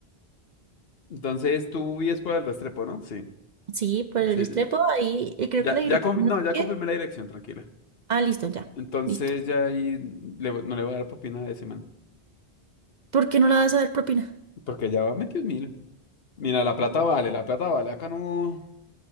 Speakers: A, on the left; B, on the right.
A: Entonces tú vives por el Restrepo, ¿no? Sí.
B: Sí, por el
A: Sí.
B: estrepo
A: sí.
B: ahí, y creo
A: Ya,
B: que la dirección
A: ya, con-
B: no
A: no,
B: sé
A: ya
B: qué.
A: confirmé la dirección, tranquila.
B: Ah, listo, ya,
A: Entonces
B: listo.
A: ya ahí le voy- no le voy a dar propina a ese man.
B: ¿Por qué no le vas a dar propina?
A: Porque ya va metido mil. Mira, la plata vale, la plata vale. Acá no.